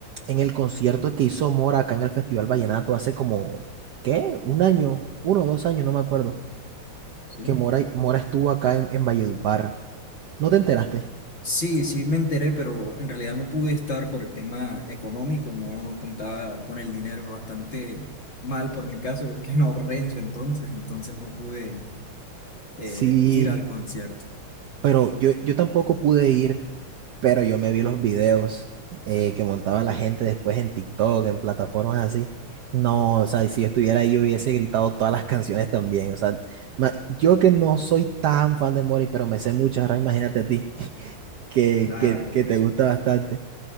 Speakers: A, on the right; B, on the left.
A: en el concierto que hizo Mora acá en el Festival Vallenato hace como, ¿qué? Un año, uno o dos años, no me acuerdo,
B: Sí,
A: que Mora, Mora estuvo acá en, en Valledupar. ¿No te enteraste?
B: sí, sí me enteré, pero en realidad no pude estar por el tema económico, no contaba con el dinero bastante mal por mi caso, porque <laughs> no ahorré en su entonces, entonces no pude eh,
A: Sí.
B: ir al concierto.
A: Pero yo, yo tampoco pude ir, pero yo me vi los videos eh, que montaba la gente después en TikTok, en plataformas así. No, o sea, si yo estuviera ahí, yo hubiese gritado todas las canciones también. O sea, ma- yo que no soy tan fan de Mori, pero me sé muchas, ahora imagínate a ti, que,
B: Claro,
A: que, que te
B: eso.
A: gusta bastante.